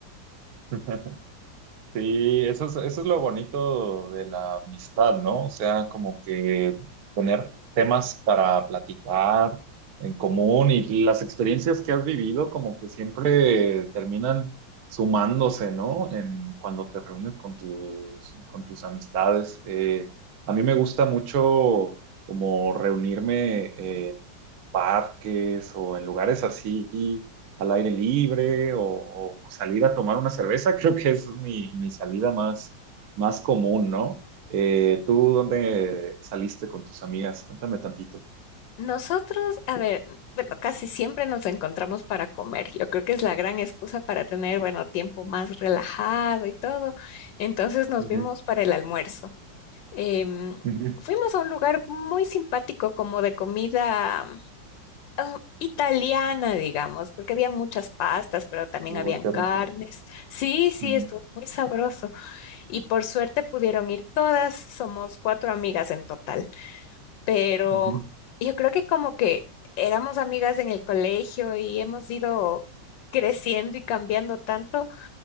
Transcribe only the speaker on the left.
Nosotros, a ver, bueno, casi siempre nos encontramos para comer. Yo creo que es la gran excusa para tener, bueno, tiempo más relajado y todo. Entonces nos
vimos para el almuerzo. Em,
fuimos a un lugar muy simpático como de comida ah, italiana, digamos, porque había muchas pastas, pero también
habían
carnes.
Sí, sí,
estuvo muy sabroso. Y por suerte pudieron ir todas, somos cuatro amigas en total. Pero
yo creo que como que éramos amigas en el colegio y hemos ido creciendo y cambiando tanto,